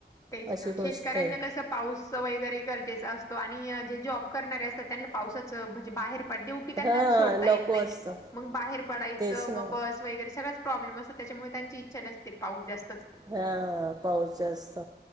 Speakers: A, on the left; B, on the right.
A: तेच
B: अशी
A: ना.
B: गोष्ट
A: शेतकऱ्यांना
B: आहे
A: कसं पाऊस वगैरे गरजेचा असतो आणि जे जॉब करणारे असतात त्यांला पावसाचं म्हणजे बाहेर पड ड्युटी त्यांना
B: हां
A: सोडता
B: नको
A: येत नाही
B: असतं
A: मग बाहेर पडायचं
B: तेच ना
A: मग बस वगैरे सगळच प्रॉब्लेम असतं त्याच्यामुळे त्यांची इच्छा नसते पाऊस जास्
B: हा पाऊस जास्त